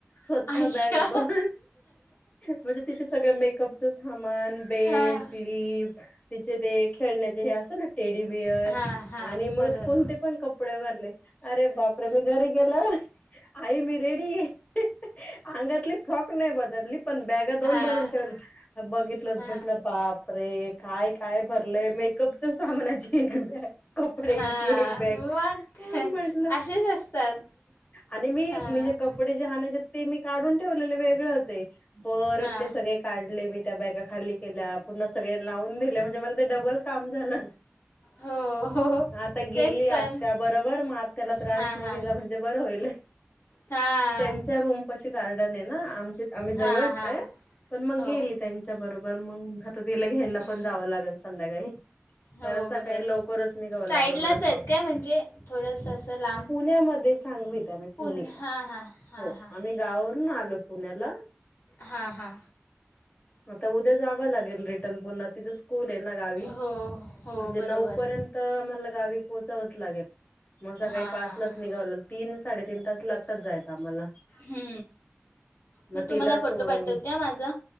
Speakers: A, on the left; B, on the left.
A: स्वतः
B: आयशा
A: बॅग दोन म्हणजे तीच सगळ मेकअपचं सामान बेल्ट
B: हां
A: क्लिप तिचे ते खेळण्याचे हे असत ना टेडी बिअर
B: हा हा
A: आणि मग
B: बरोबर
A: कोणते पण कपडे भरले अरे बापरे मी घरी गेल आई मी रेडी ये अंगातली फ्रॉक नाही बदलली पण बॅगा दोन
B: हा
A: भरून ठेवलया बघितलंत
B: हा
A: म्हटलं बाप रे काय काय भरलंय मेकअपच्या सामनाची एक बॅग कपड्यांची
B: हा
A: एक बॅग
B: मग
A: हा म्हंटलं
B: असेच असतात
A: आणि मी
B: हां
A: म्हणजे कपडे जे आणायचे आहेत ते मी काढून ठेवलेले वेगळे होते परत
B: हां
A: ते सगळे काढले मी त्या बॅगा खाली केल्या पुन्हा सगळे लावून दिले म्हणजे मला ते डबल काम झालं
B: हो हो हो
A: आता गेली
B: तेच
A: आत्या
B: तर
A: बरोबर म आत्याला त्रास
B: हां
A: नाही
B: हां
A: दिला म्हण जे बर होईल
B: हां
A: त्यांच्या रूम पाशी गार्डन आहे ना आमच्या आम्ही जवळच
B: हां हां
A: हाय पण मग
B: हो
A: गेली त्यांच्या बरोबर मग आता तिला घ्यायला
B: हम्म.
A: पण जावं लागायचं संध्याकाळी कारण
B: हो
A: सकाळी
B: बरोबर
A: लवकरच निघाव
B: साईडलाच
A: लागनार मला
B: आहेत
A: प
B: काय म्हणजे थोडंसं असं लांब
A: पुण्यामध्येच सांगवित आम्ही
B: पुन
A: पुणे
B: हां हां हां
A: हो
B: हां
A: गावावरून आलो पुण्याला
B: हा हा
A: आता उद्या जावं लागेल रिटर्न पुन्हा तिचं स्कूल आहे ना गावी म्हणजे
B: हो हो
A: नऊ
B: बरोबर
A: पर्यंत मला गावी पोचावंच लागेल म सकाळी
B: हां
A: पाच लाच निघाव लागल तीन साडे तीन तास लागतात जायला आम्हाला
B: हू मी
A: मग
B: तुम्हाला
A: तिला सोडून
B: फोटो पाठवते माझा